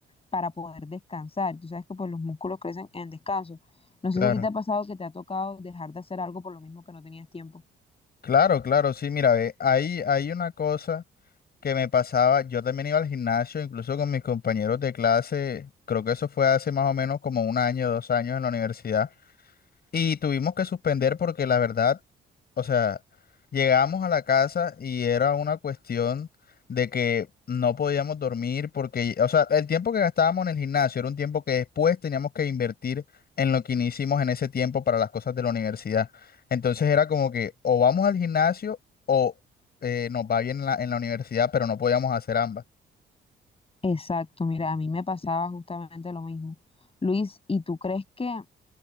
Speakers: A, on the left; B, on the left.
A: para poder descansar. Tú sabes que pues los músculos crecen en descanso. No
B: Claro.
A: sé si a ti te ha pasado que te ha tocado dejar de hacer algo por lo mismo que no tenías tiempo.
B: Claro, claro, sí, mira, ve, ahí hay una cosa que me pasaba, yo también iba al gimnasio, incluso con mis compañeros de clase, creo que eso fue hace más o menos como un año, dos años en la universidad. Y tuvimos que suspender porque la verdad, o sea, llegamos a la casa y era una cuestión de que no podíamos dormir porque, o sea, el tiempo que gastábamos en el gimnasio era un tiempo que después teníamos que invertir en lo que no hicimos en ese tiempo para las cosas de la universidad. Entonces era como que o vamos al gimnasio o eh, nos va bien en la, en la universidad, pero no podíamos hacer ambas.
A: Exacto, mira, a mí me pasaba justamente lo mismo. Luis, ¿y tú crees que